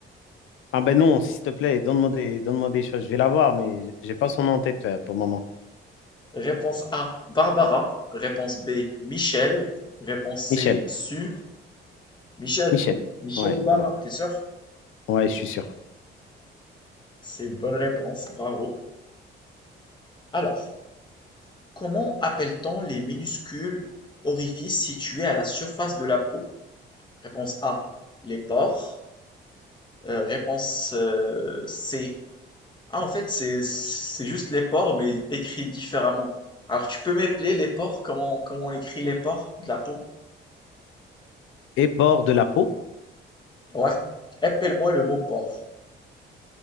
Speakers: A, on the left; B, on the left.
A: Ah, ben non, s'il te plaît, donne-moi des, donne-moi des choses. Je vais la voir, mais j'ai pas son nom en tête euh, pour le moment.
B: Réponse A, Barbara. Réponse B, Michel. Réponse C,
A: Michel.
B: Sue. Michel.
A: Michel.
B: Michel
A: Ouais,
B: Obama,
A: voilà.
B: t'es sûr?
A: Ouais, je suis sûr.
B: C'est une bonne réponse, bravo. Alors, comment appelle-t-on les minuscules orifices situés à la surface de la peau? Réponse A, les pores. Euh, réponse euh, C. Ah, en fait, c'est c'est juste les pores, mais écrit différemment. Alors, tu peux m'épeler les pores? Comment, comment on écrit les pores de la peau?
A: Et port de la peau.
B: Ouais, appelle-moi le mot port.